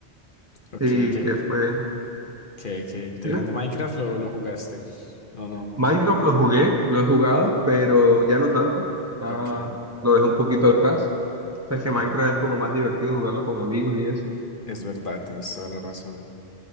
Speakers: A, on the left; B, on the right.
A: ok,
B: Sí,
A: qué,
B: que fue...
A: qué, qué interesante.
B: Dime.
A: ¿Minecraft lo, lo jugaste? ¿O no, mucho?
B: Minecraft lo jugué, lo he jugado,
A: Sí.
B: pero ya no tanto. Ya
A: Ok,
B: lo dejé un poquito atrás. O sea,
A: ok.
B: es que Minecraft es como más divertido jugarlo con amigos y eso.
A: Es verdad, tienes toda la razón.